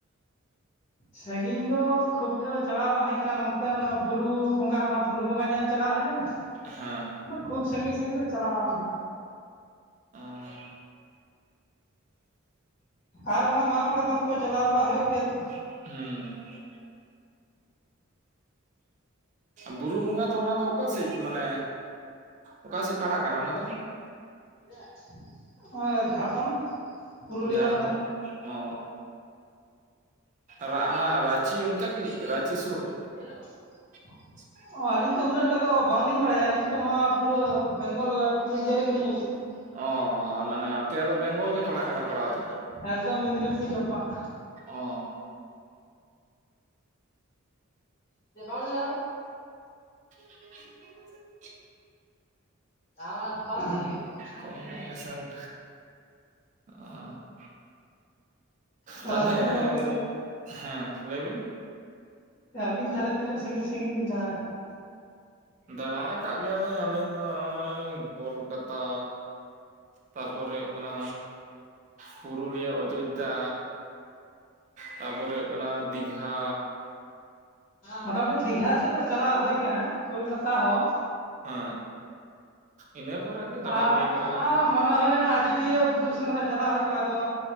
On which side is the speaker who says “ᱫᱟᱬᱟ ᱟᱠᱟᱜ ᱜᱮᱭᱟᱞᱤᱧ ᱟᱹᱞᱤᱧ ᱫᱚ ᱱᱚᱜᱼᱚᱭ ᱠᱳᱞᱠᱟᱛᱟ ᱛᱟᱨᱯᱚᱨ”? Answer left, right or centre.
Right